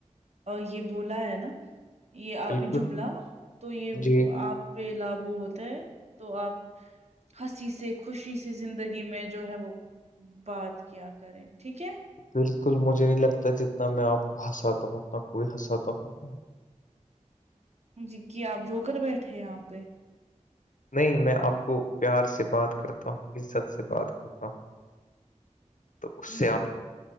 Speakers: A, on the right; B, on the left.
A: یہ بولا ہے نا یہ
B: بالکل
A: جملہ تو یہ
B: جی
A: آپ پہ لگو ہوتا ہیں تو آپ ہنسی سے خوشی سے زندگی میں جو ہے وہ بات کیا کریں ٹھیک ہے
B: بالکل مجھے نہیں لگتا جتنا میں آپ کو ہنساتا ہوں اتنا کوئی ہنساتا ہوگا
A: جی کی آپ جو کر بیٹھے یہاں پہ
B: نہیں میں آپ کو پیار سے بات کرتا ہوں عزت سے بات کرتا ہوں تو اس
A: ہ
B: سے آپ کو